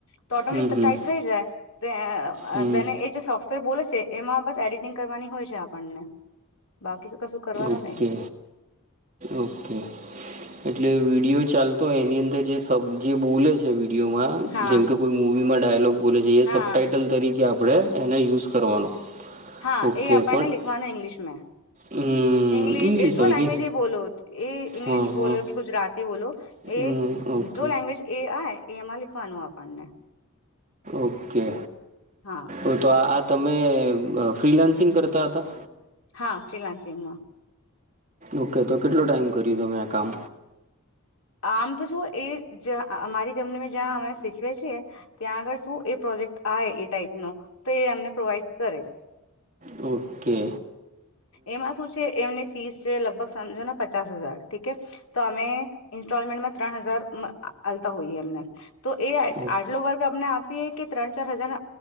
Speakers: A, on the left; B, on the right.
A: તો ઓટોમેટિક
B: હમ હમ
A: ટાઈપ થઈ જાય તો
B: હમ
A: અ દેને એ છે સોફ્ટ બોલે છે એમાં બસ એડિટિંગ કરવાની હોય છે આપણને. બાકી તો કશું કરવાનું
B: ઓકે
A: નઈ.
B: ઓકે એટલે વિડીયો ચાલતો હોય એની અંદર જે સબ જે બોલે છે. વિડયોમાં
A: હા
B: જેમકે કોઈ મુવીમાં ડાયલોગ બોલે છે એ
A: હા
B: સબટાઈટલ તરી કે આપણે એને યુઝ કરવાનો.
A: હા
B: ઓકે
A: એ આપણને
B: પણ
A: લિખવાનો ઇંગ્લિશમાં
B: હમ
A: ઇંગ્લિશ જો
B: હોય
A: લેંગ્વેજ
B: કે
A: એ બોલો એ ઇંગ્લિશ
B: હા
A: બોલો
B: હા
A: કે ગુજરાતી બોલો
B: હમ
A: એ
B: ઓકે
A: જો લેંગ્વેજ એ આય એમાં લખવાનું આપણને
B: ઓકે
A: હા
B: ઓ તો આ તમે ફ્રીલાન્સિંગ કરતા હતા
A: હા ફ્રીલાન્સિંગ માં
B: ઓકે તો કેટલોું ટાઈમ કર્યું તમે આ કામ
A: આમ તો શું એ જ અમારી કંપની જ્યાં અમે શીખવે છીએ ત્યાં આગળ શું એ પ્રોજેક્ટ એ ટાઈપ નો તો એ અમને પ્રોવાઈડ કરે
B: ઓકે
A: એમાં શું છે એમને ફીસ છે લગભગ સમજો ને પચાસ હજાર ઠી તો અમે ઇન્સ્ટોલમેન્ટમાં ત્રણ હજારતા હોઈએ એમ તો એ
B: ઓકે
A: આટલો વર્ગ આપને આપીએ કે ત્રણ ચાર હજાર